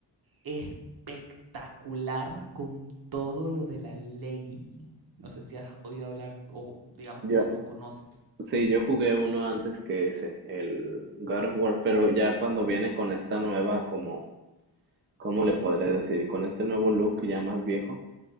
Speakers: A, on the right; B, on the right.
A: espectacular con todo lo de la ley. No sé si has oído hablar o digamos
B: yo,
A: que lo conoces.
B: sí, yo jugué uno antes que ese, el God of War, pero ya cuando viene con esta nueva, como, ¿cómo le podré decir? Con este nuevo look ya más viejo.